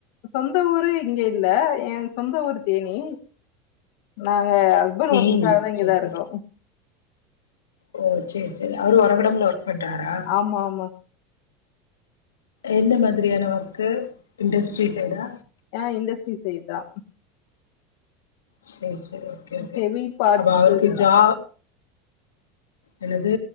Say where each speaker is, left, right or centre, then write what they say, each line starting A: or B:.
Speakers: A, on the left; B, on the left.
A: சொந்த ஊரு இங்க இல்ல என் சொந்த ஊர் தேனி நா ங்க ஹஸ்பண்ட்
B: தேனி
A: ஒர்குக்காக தா இங்கதா
B: சேரி சேரி
A: இருக்கோ
B: ஓ செரி செரி அவரு ஒரகடம்ல ஒர்க் பண்றாரா
A: ஆமா ஆமா
B: என்ன மாதிரியான ஒர்க்கு இண்டஸ்ட்ரி சைடா
A: அ இண்டஸ்ட்ரி சைட் தா
B: சரி சரி ஓகே ஓகே
A: ஹெவி பார்ட்ஸ்
B: அப்ப அவருக்கு
A: இதுதான்.
B: ஜா எனது